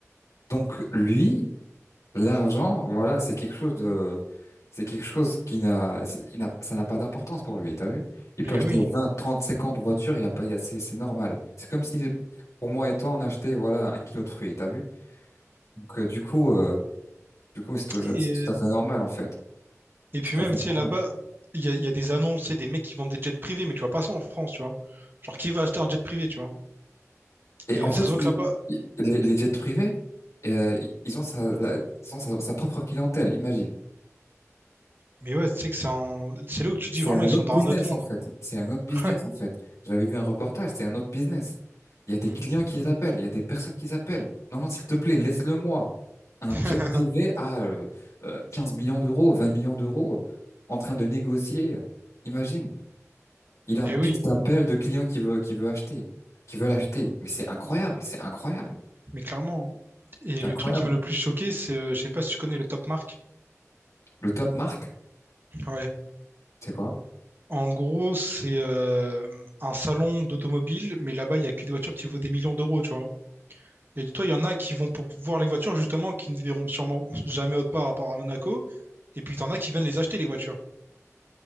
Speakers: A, on the left; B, on the right.
A: donc lui, L'argent, voilà, c'est quelque chose de, c'est quelque chose qui n'a, c'est- il n'a- ça n'a pas d'importance pour lui, t'as vu? Il
B: Mais
A: peut acheter
B: oui.
A: 20, 30, 50 voitures, il y a pas, il y a- c'est, c'est normal. C'est comme si, pour moi et toi, on achetait, voilà, un kilo de fruits, t'as vu? Donc, euh, du coup, euh, du coup, c'est tout, c'est
B: Et
A: tout
B: euh,
A: à fait normal, en fait.
B: Et puis
A: C'est tout
B: même,
A: à fait
B: tu
A: normal.
B: sais, là-bas, il y a, il y a des annonces et des mecs qui vendent des jets privés, mais tu vois pas ça en France, tu vois. Genre, qui va acheter un jet privé, tu vois?
A: Et
B: Et
A: en
B: euh,
A: fait,
B: ça se voit
A: il-
B: que là-bas,
A: il- les, les jets privés, euh, ils ont sa, la- ils ont sa, sa propre clientèle, imagine.
B: mais ouais, tu sais que c'est un... c'est là où tu
A: C'est
B: dis vraiment,
A: un autre
B: ils sont dans
A: business
B: un autre monde.
A: en fait. C'est un autre business
B: <laughs>
A: en fait. J'avais vu un reportage, c'est un autre business. Il y a des
B: Mm.
A: clients qui appellent, il y a des personnes qui appellent. Non, non, s'il te plaît, laisse-le moi. Un
B: <laughs>
A: jet privé à euh, euh, 15 millions d'euros, 20 millions d'euros, en train de négocier. Imagine, il a
B: Et
A: un pitch
B: oui,
A: d'appel de clients qui veut qui veut acheter, qui veulent acheter. Mais c'est incroyable, c'est incroyable,
B: mais clairement. hein. Et
A: c'est
B: le
A: incroyable.
B: truc qui m'a le plus choqué, c'est, euh, je sais pas si tu connais le Top Mark.
A: Le top marque,
B: Ouais.
A: c'est quoi?
B: En gros, c'est euh, un salon d'automobile, mais là-bas, il y a que des voitures qui vaut des millions d'euros, tu vois. Et dis-toi, il y en a qui vont pour voir les voitures, justement, qui ne verront sûrement jamais autre part à part à Monaco. Et puis, t'en as qui viennent les acheter, les voitures.